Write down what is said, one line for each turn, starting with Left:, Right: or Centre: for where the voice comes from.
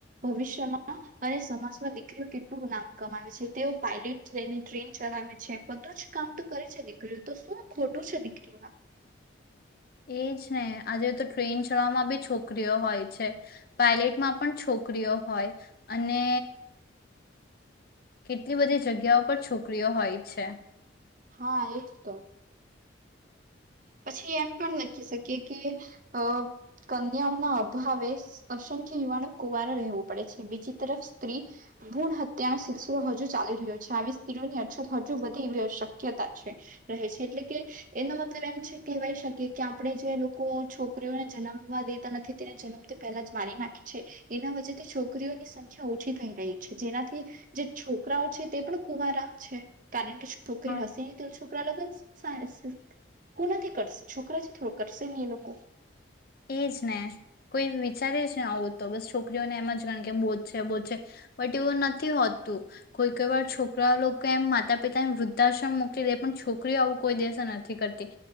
Right: ભવિષ્યમાં અને સમાજમાં દીકરીઓ કેટલું નામ કમાવે છે તેઓ પાયલટ લઈને ટ્રેન ચલાવે છે બધું જ કામ તો કરે છે દીકરીઓ તો શું ખોટું છે દીકરી <inaudible>
Left: એજ ને આજે તો ટ્રેન ચડમાં બી છોકરીઓ હોય છે પાયલટમાં પણ છોકરીઓ હોય અને કેટલી બધી જગ્યાઓ પર છોકરીઓ હોય છે
Right: હા એ જ તો પછી એમ પણ લખી શકીએ કે અ કન્યાઓના અભાવે અસંખ્ય યુવાનો કુવારો રહેવું પડે છે બીજી તરફ સ્ત્રી ભૂણ હત્યા ન સિલસિલો હજુ ચાલી રહ્યો છે આવી સ્ત્રીઓની અછત હજુ વધે એવી અ શક્યતા છે રહે છે એટલે કે એનો મતલબ એમ છે કહેવાય શકીએ કે આપણે જે લોકો છોકરીઓને જન્મવા દેતા નથી તેને જન્મ તે પહેલા જ મારી નાખીે છે એના વચ્ેથી છોકરીઓની સંખ્યા ઓછી થઈ રહી છે જેનાથી જે છોકરાઓ છે તે પણ ખૂબ આરામ છે કારણ કે છોકરી
Left: હા
Right: હસી છોકરા લગ સા. કોનાથી કરશે છોકરા છે થોડ કરશે નહી નક.
Left: એજ ને કોઈ વિચારે જ ને આવું તો બસ છોકરીઓને એમ જ ગણ કે બોધ છે બોધ છે બટ એવું નથી હોતું કોઈક વાર છોકરા લોકો એમ માતા પિતાને વૃદ્ધાશ્રમ મોકલી દે પણ છોકરીઓ આવું કોઈ દેસે નથી કરતી